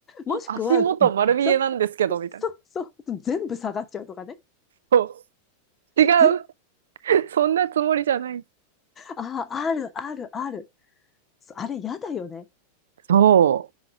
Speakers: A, on the left; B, on the right.
A: もしくは、
B: 足元丸見えなんですけど、
A: そ、
B: みたいな。
A: そ、そう、全部下がっちゃうとかね。
B: そう違う。
A: ぜ、
B: <laughs> そんなつもりじゃない。
A: ああ、ある、ある、ある。そうあれ、やだよね。
B: そ